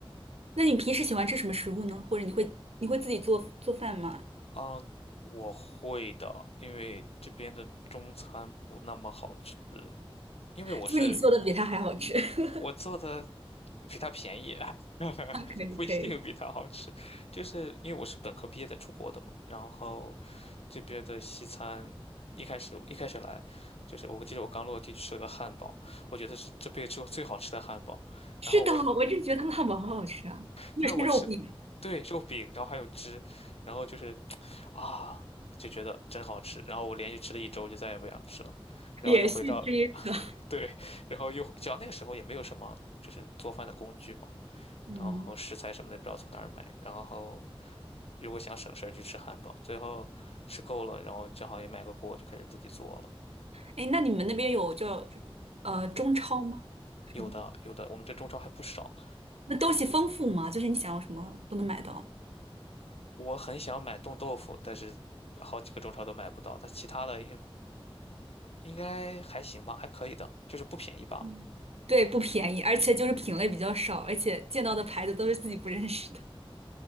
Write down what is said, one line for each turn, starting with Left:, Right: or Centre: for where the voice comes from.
Right: 那你平时喜欢吃什么食物呢？或者你会你会自己做做饭吗？
Left: 嗯，我会的，因为这边的中餐不那么好吃，因为我是
Right: 就你做的比他还好吃，<laughs>
Left: 我做的比它便宜，<laughs>
Right: 可以可以。
Left: 不一定比它好吃。就是因为我是本科毕业在出国的嘛，然后这边的西餐一开始一开始来，就是我记得我刚落地吃了个汉堡，我觉得是这辈子吃过最好吃的汉堡。
Right: 是的，
Left: 然后我，
Right: 我就觉得他们汉堡好好吃啊，那是肉饼，
Left: 但是我吃，对，肉饼，然后还有汁，然后就是啊，就觉得真好吃。然后我连续吃了一周，就再也不想吃了。然后又回到，
Right: 连续吃一个。<laughs>
Left: 对，然后又，只要那个时候也没有什么就是做饭的工具嘛。
Right: 嗯，
Left: 然后食材什么的不知道从哪儿买，然后如果想省事儿就吃汉堡，最后吃够了，然后正好也买个锅就开始自己做了。
Right: 哎，那你们那边有叫呃中超吗？什么？
Left: 有的有的，我们这中超还不少。
Right: 那东西丰富吗？就是你想要什么都能买到吗
Left: 我很想买冻豆腐，但是好几个中超都买不到。但其他的也应该还行吧，还可以的，就是不便宜罢了。
Right: 嗯，对，不便宜，而且就是品类比较少，而且见到的牌子都是自己不认识的。